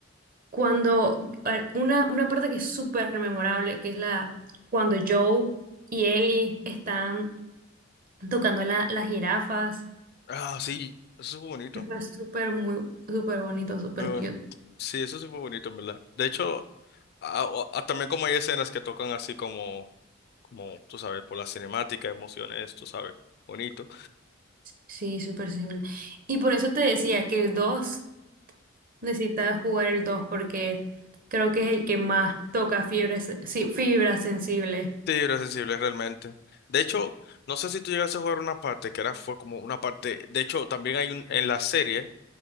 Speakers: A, on the right; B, on the left.
A: cuando, a ver, una, una parte que es súper memorable, que es la, cuando Joe y Ellie están tocando la- las jirafas,
B: Ah, sí, eso fue bonito.
A: que fue súper, muy, súper bonito, súper
B: Muy boni-
A: cute.
B: Sí, eso sí fue bonito, en verdad. De hecho... Ah, o- ah, también como hay escenas que tocan así como, como, tú sabes, por la cinemática, emociones, tú sabes, bonito.
A: Sí, súper sensible. Y por eso te decía que el 2 Necesitas jugar el 2 porque creo que es el que más toca fibra, se- sí, fibra sensible.
B: Sí, era sensible realmente. De hecho, no sé si tú llegaste a jugar una parte que era, fue como una parte, de hecho, también hay un, en la serie,